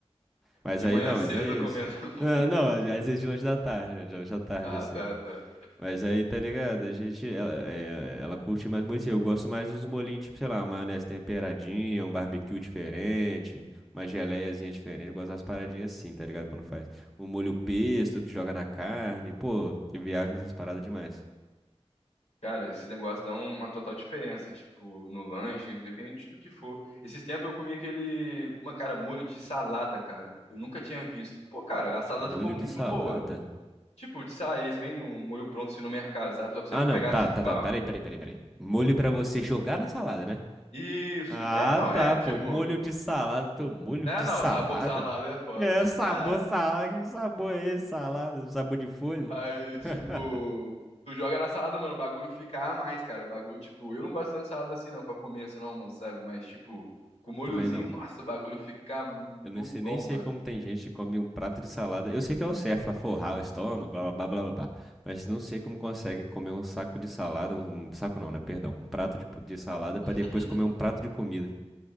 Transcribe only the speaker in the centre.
Mas
aí
não,
mas é
isso.
Ah, Não, às vezes de lanche da tarde, né? De lanche da tarde,
assim.
Mas aí, tá ligado? A gente, ela, é, ela curte mais molho. assim, Eu gosto mais dos molhinhos, tipo, sei lá, uma maionese temperadinha, um barbecue diferente, uma geleiazinha diferente. Eu gosto das paradinhas assim, tá ligado? Quando faz. Um molho pesto que joga na carne. Pô, eu viajo nessas paradas demais.
Molho
de salada?
Ah,
não, tá,
tá, tá.
Peraí, peraí, peraí, peraí. Molho pra você jogar na salada, né?
Ah,
tá,
pô.
Molho de salada. Teu molho
de
salada?
É, sabor
salada. Que sabor é esse, salada? Sabor de folha?
<laughs>
Também não.
Eu nem sei,
nem sei
como tem gente que come um prato de salada. Eu sei que é o certo pra forrar o estômago, blá blá blá blá blá. blá. Mas não sei como conseguem comer um saco de salada. Um, um saco não, né? Perdão. Um prato de, de salada pra
depois comer um prato de comida.